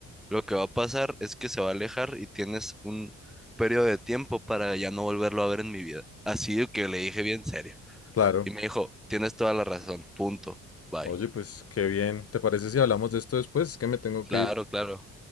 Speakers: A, in the centre; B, on the left.
A: Lo que va a pasar es que se va a alejar y tienes un periodo de tiempo para ya no volverlo a ver en mi vida. Así de que le dije bien serio.
B: Claro.
A: Y me dijo, tienes toda la razón, punto, bye.
B: Oye, pues qué bien. ¿Te parece si hablamos de esto después? Es que me tengo
A: Claro,
B: que ir.
A: claro.